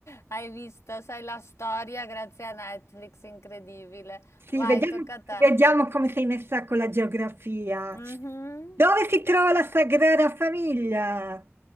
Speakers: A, on the left; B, on the right.
A: Hai visto, sai la storia grazie a Netflix, incredibile.
B: sì,
A: Vai,
B: vediamo,
A: tocca a te.
B: vediamo come sei messa con la geografia.
A: Mhm.
B: Dove si trova la Sagrada Famiglia?